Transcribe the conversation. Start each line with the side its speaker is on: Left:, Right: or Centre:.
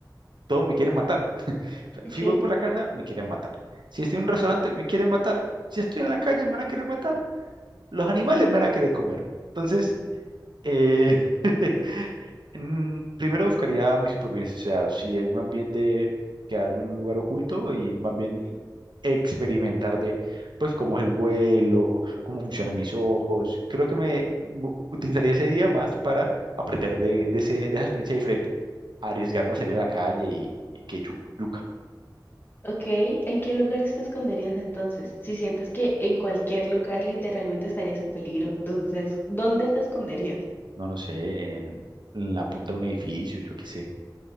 Right: todos me quieren matar. O sea,
Left: Okay.
Right: si voy por la casa, me quieren matar. Si estoy en un restaurante, me quieren matar. Si estoy en la calle, me van a querer matar. Los animales me van a querer comer. Entonces, eh, <laughs> mm, primero buscaría mi supervivencia, o sea, si es más bien de quedarme en un lugar oculto y más bien
Left: Ujú.
Right: experimentar de, pues, cómo es el vuelo, cómo funcionan mis ojos. Creo que me u- utilizaría ese día más para aprender de, de, ese, de esa experiencia diferente, arriesgarme a salir a la calle y, y que yu- yuca,
Left: Ok, ¿en qué lugares te esconderías entonces? Si sientes que en cualquier lugar literalmente estarías en peligro, entonces, ¿dónde te esconderías?
Right: no, no sé, en, en la punta de un edificio, yo qué sé,